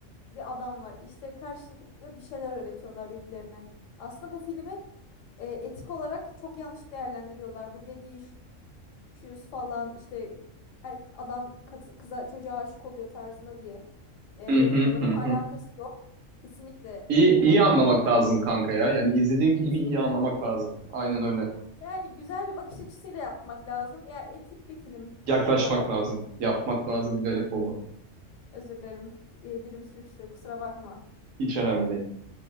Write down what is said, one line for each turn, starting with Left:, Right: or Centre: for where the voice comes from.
Left: bir adam var. İşte karşılıklı bir şeyler öğretiyorlar birbirlerine. Aslında bu filmi e, etik olarak çok yanlış değerlendiriyorlar. Bu dediği şu şu falan işte er- adam kız- kıza çocuğa aşık oluyor tarzında diye e, yorumluyorlar
Right: hı. Hı
Left: ama
Right: hı.
Left: alakası yok. Kesinlikle
Right: İyi,
Left: yakından
Right: iyi
Left: uzaktan
Right: anlamak
Left: alakası
Right: lazım
Left: yok.
Right: kanka ya. Yani izlediğim filmi
Left: Kesinlikle.
Right: iyi anlamak lazım. Aynen öyle.
Left: Yani güzel bir bakış açısıyla yapmak lazım. Ya etik bir film
Right: Yaklaşmak
Left: bu arada.
Right: lazım. Yapmak lazım. Bir garip oldu.
Left: Özür dilerim. E, dilim sürçtü. Kusura bakma.
Right: Hiç önemli değil.